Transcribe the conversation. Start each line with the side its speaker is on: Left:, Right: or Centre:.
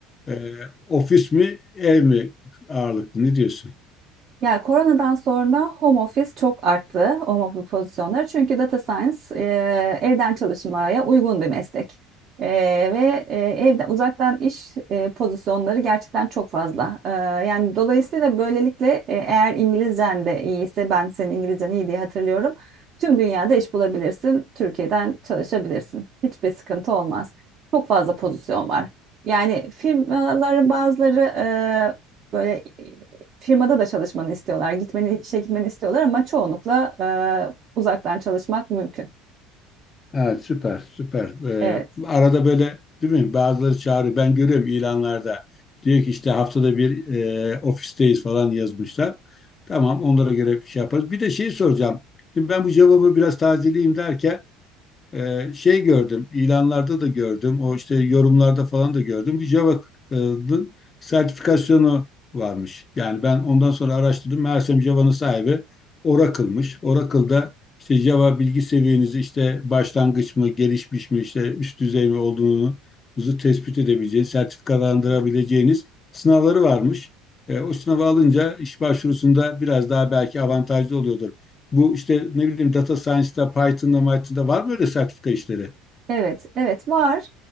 Left: e, ofis mi ev mi ağırlıklı ne diyorsun?
Right: Ya koronadan sonra home office çok arttı, home office pozisyonları. Çünkü data science e, evden çalışmaya uygun bir meslek. E, ve e, evden uzaktan iş e, pozisyonları gerçekten çok fazla. E, yani dolayısıyla böylelikle e, eğer İngilizcen de iyiyse, ben senin İngilizcen iyi diye hatırlıyorum. Tüm dünyada iş bulabilirsin, Türkiye'den çalışabilirsin. Hiçbir sıkıntı olmaz. Çok fazla pozisyon var. Yani firmaların bazıları e, böyle firmada da çalışmanı istiyorlar. Gitmeni, işe gitmeni istiyorlar ama çoğunlukla e, uzaktan çalışmak mümkün.
Left: Evet süper süper. Ee,
Right: Evet,
Left: arada böyle değil mi? Bazıları çağırıyor. Ben görüyorum ilanlarda. Diyor ki işte haftada bir e, ofisteyiz falan yazmışlar. Tamam onlara göre bir şey yaparız. Bir de şeyi soracağım. Şimdi ben bu cevabı biraz tazeleyeyim derken ee, şey gördüm, ilanlarda da gördüm, o işte yorumlarda falan da gördüm. Bu Java e, dı- sertifikasyonu varmış. Yani ben ondan sonra araştırdım. Meğersem Java'nın sahibi Oracle'mış. Oracle'da işte Java bilgi seviyenizi işte başlangıç mı, gelişmiş mi, işte üst düzey mi olduğunuzu tespit edebileceğiniz, sertifikalandırabileceğiniz sınavları varmış. E, o sınavı alınca iş başvurusunda biraz daha belki avantajlı oluyordur bu işte ne bileyim data science'da, Python'da, Python'da var mı öyle sertifika işleri?
Right: evet, evet var.